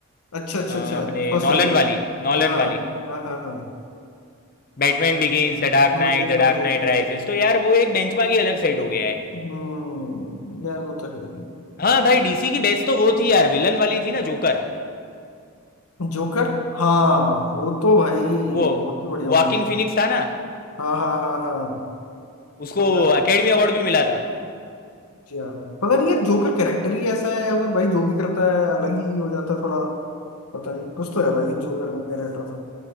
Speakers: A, on the left; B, on the left.
A: अच्छा अच्छा
B: अपने
A: अच्छा फर्स्ट
B: नॉलन
A: वाली
B: वाली नॉलन
A: हाँ
B: वाली
A: हाँ हाँ हाँ
B: Batman Begins the Dark
A: समझ
B: Knight
A: गया
B: the
A: समझ
B: Dark
A: गया
B: Knight
A: समझ
B: Rises तो यार वो एक बेंचमार्क ही अलग सेट हो गया है
A: हम्म यार वो तो है ही
B: हाँ भाई डीसी की बेस्ट तो वो थी यार विलन वाली थी ना जोकर
A: जोकर हाँ वो तो भाई
B: वो
A: बहुत ही बढ़िया मूवी
B: वाकिन
A: थी
B: फिनिक्स था ना
A: हाँ हाँ हाँ हाँ
B: उसको
A: समझा
B: एकेडमी अवार्ड भी मिला था
A: समझा पता नहीं यार जोकर कैरेक्टर ही ऐसा है वो भाई जो भी करता है अलग ही हो जाता है थोड़ा पता नहीं कुछ तो है भाई जोकर में कैरेक्टर में